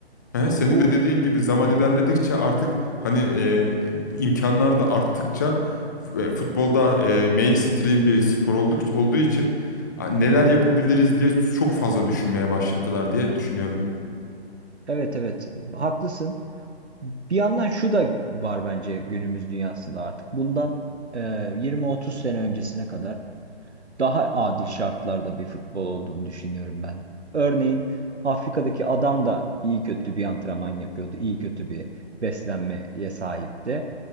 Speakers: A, on the left (about 15°); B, on the right (about 75°).
A: he, senin
B: bu
A: de dediğin gibi zaman
B: Hı.
A: ilerledikçe artık hani e, imkanlar da arttıkça f- e, futbolda e, mainstream bir spor olduk, olduğu için a, neler yapabiliriz diye çok fazla düşünmeye başladılar diye düşünüyorum.
B: evet evet haklısın. Bir yandan şu da var bence günümüz dünyasında artık. Bundan e, 20-30 sene öncesine kadar daha adil şartlarda bir futbol olduğunu düşünüyorum ben. Örneğin Afrika'daki adam da iyi kötü bir antrenman yapıyordu, iyi kötü bir beslenmeye sahipti.